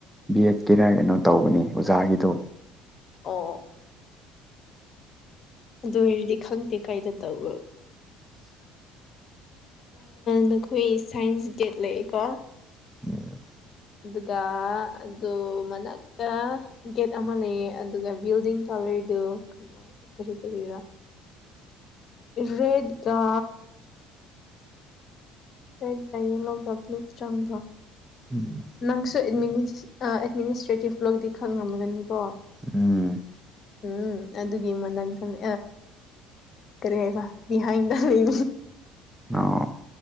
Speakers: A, in the centre; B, on the left.
A: ꯕꯤ ꯑꯦꯠꯀꯤꯔ ꯀꯩꯅꯣ ꯇꯧꯕꯅꯤ ꯑꯣꯖꯥꯒꯤꯗꯣ
B: ꯑꯣ ꯑꯗꯨ ꯑꯣꯏꯔꯗꯤ ꯈꯪꯗꯦ ꯀꯥꯏꯗ ꯇꯧꯕ ꯅꯈꯣꯏ ꯁꯥꯏꯟꯁ ꯒꯦꯠ ꯂꯩꯌꯦꯀꯣ
A: ꯑꯣ
B: ꯑꯗꯨꯒ ꯑꯗꯨ ꯃꯅꯥꯛꯇ ꯒꯦꯠ ꯑꯃ ꯂꯩꯌꯦ ꯑꯗꯨꯒ ꯕꯤꯜꯗꯤꯡ ꯀꯂꯔꯗꯨ ꯀꯃ ꯀꯔꯤ ꯀꯔꯤꯔ ꯔꯦꯠꯒꯥ ꯄꯦꯠ ꯑꯌꯦꯂꯣꯒ꯭ꯂꯨꯞ ꯆꯪꯕ
A: ꯎꯝ
B: ꯅꯪꯁꯨ ꯑꯦꯗꯃꯤꯅꯤꯁꯇ꯭ꯔꯦꯇꯤꯞ ꯂꯣꯗꯤ ꯈꯪꯉꯝꯒꯅꯤꯀꯣ
A: ꯎꯝ
B: ꯎꯝ ꯑꯗꯨꯒꯤ ꯃꯛꯇꯅꯤ ꯀꯦꯕ ꯕꯤꯍꯥꯏꯗ ꯂꯩ
A: ꯑꯣ